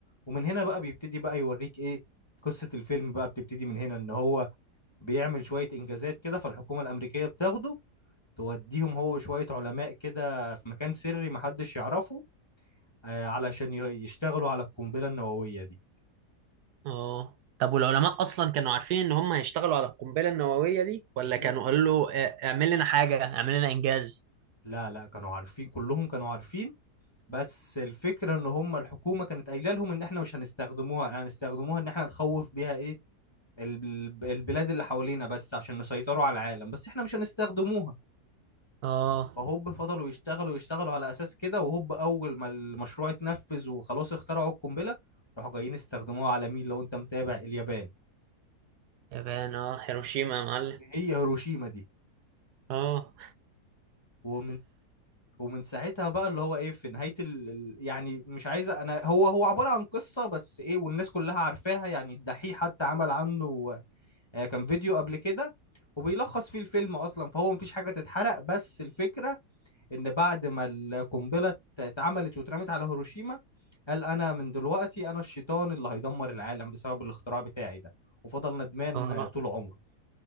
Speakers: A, on the left (about 15°); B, on the right (about 80°).
A: ومن هنا بقى بيبتدي بقى يوريك ايه قصة الفيلم بقى بتبتدي من هنا ان هو بيعمل شوية انجازات كده فالحكومة الامريكية بتاخده توديهم هو شوية علماء كده في مكان سري محدش يعرفه آه، علشان ي- يشتغلوا على القنبلة النووية دي
B: اه طب والعلماء اصلا كانوا عارفين ان هم هيشتغلوا على القنبله النوويه دي ولا
A: هي
B: كانوا قالوا له اه، اعمل لنا حاجه اعمل لنا انجاز
A: لا لا كانوا عارفين كلهم كانوا عارفين بس الفكرة ان هم الحكومة كانت قايلة لهم ان احنا مش هنستخدموها هنستخدموها ان احنا نخوف بيها ايه الب- البلاد اللي حوالينا بس عشان نسيطروا على العالم بس احنا مش هنستخدموها
B: اه
A: فهوب فضلوا يشتغلوا يشتغلوا على اساس كده وهوب اول ما المشروع اتنفذ وخلاص اخترعوا القنبلة راحوا جايين استخدموها على مين لو انت متابع اليابان
B: يابان اه هيروشيما يا معلم
A: هي هيروشيما دي
B: اه
A: ومن ومن ساعتها بقى اللي هو ايه في نهاية ال... ال- يعني مش عايزة انا هو هو عبارة عن قصة بس ايه والناس كلها عارفاها يعني الدحيح حتى عمل عنه آه، كان فيديو قبل كده وبيلخص فيه الفيلم اصلا فهو مفيش حاجة تتحرق بس الفكرة ان بعد ما القنبلة ات- اتعملت واترمت على هيروشيما قال انا من دلوقتي انا الشيطان اللي هيدمر العالم بسبب الاختراع بتاعي ده وفضل ندمان
B: اه
A: آه، طول عمره